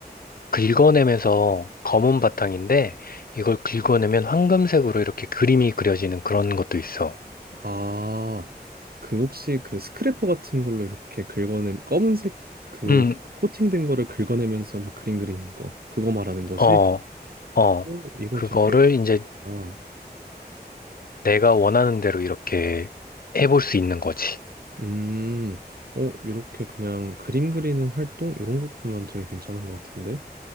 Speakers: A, on the left (about 60°); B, on the right (about 65°).
A: 긁어내면서 검은 바탕인데, 이걸 긁어내면 황금색으로 이렇게 그림이 그려지는 그런 것도 있어.
B: 아, 그 혹시 그 스크래퍼 같은 걸로 이렇게 긁어내 검은색 그
A: 음,
B: 코팅된 거를 긁어내면서 막 그림 그리는 거 그거 말하는 거지?
A: 어, 어.
B: 오, 이거
A: 그거를
B: 되게
A: 이제
B: 좋다.
A: 내가 원하는 대로 이렇게 해볼 수 있는 거지.
B: 음, 어 이렇게 그냥 그림 그리는 활동 이런 것도 난 되게 괜찮은 것 같은데